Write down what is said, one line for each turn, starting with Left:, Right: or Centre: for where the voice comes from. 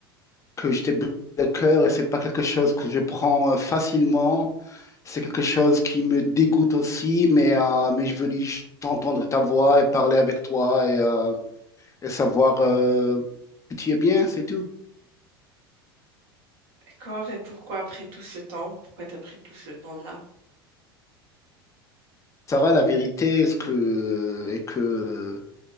Left: que je t'ai brisé le cœur et c'est pas quelque chose que je prends euh, facilement. C'est quelque chose qui me dégoûte aussi, mais, euh, mais je veux juste entendre ta voix et parler avec toi et, euh, et savoir euh, que tu es bien, c'est tout.
Right: D'accord, et pourquoi après tout ce temps? Pourquoi t'as pris tout ce temps-là?
Left: Sarah, la vérité est que, est que euh,